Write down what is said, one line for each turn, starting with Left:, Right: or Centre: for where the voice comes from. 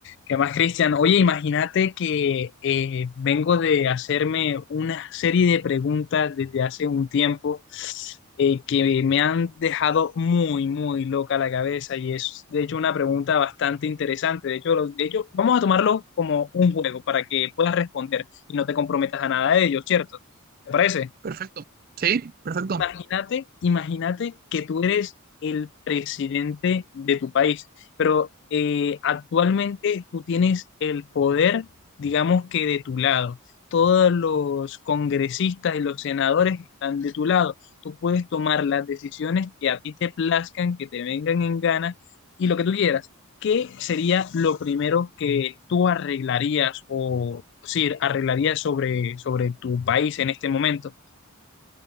Left: ¿Qué más, Cristian? Oye, imagínate que eh, vengo de hacerme una serie de preguntas desde hace un tiempo eh, que me han dejado muy, muy loca la cabeza y es, de hecho, una pregunta bastante interesante. De hecho, lo- de hecho, vamos a tomarlo como un juego para que puedas responder y no te comprometas a nada de ello, ¿cierto? ¿Te parece?
Right: Perfecto. Sí, perfecto.
Left: Imagínate, imagínate que tú eres el presidente de tu país, pero eh, actualmente tú tienes el poder, digamos que de tu lado. Todos los congresistas y los senadores están de tu lado. Tú puedes tomar las decisiones que a ti te plazcan, que te vengan en gana y lo que tú quieras. ¿Qué sería lo primero que tú arreglarías o sí, arreglarías sobre, sobre tu país en este momento?